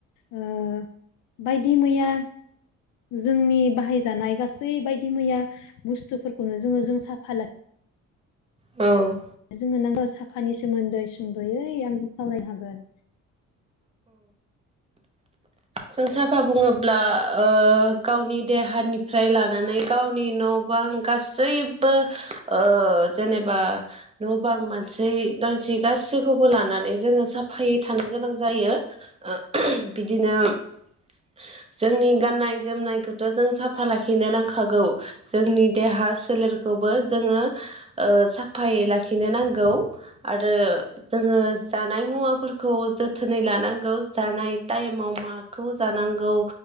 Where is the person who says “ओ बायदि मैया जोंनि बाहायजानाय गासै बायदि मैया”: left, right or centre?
Left